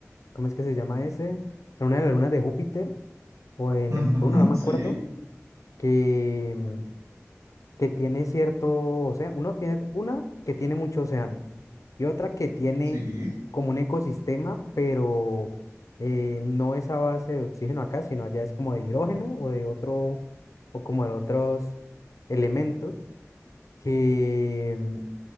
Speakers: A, on the left; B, on the right.
A: ¿cómo es que se llama ese? En una de las lunas de Júpiter o de Neptuno,
B: ujú,
A: no me
B: sí,
A: acuerdo que mm, que tiene cierto océano, uno tiene una que tiene mucho océano y otra que tiene
B: sí,
A: como un ecosistema, pero eh, no es a base de oxígeno acá, sino allá es como de hidrógeno o de otro, o como de otros elementos que mm,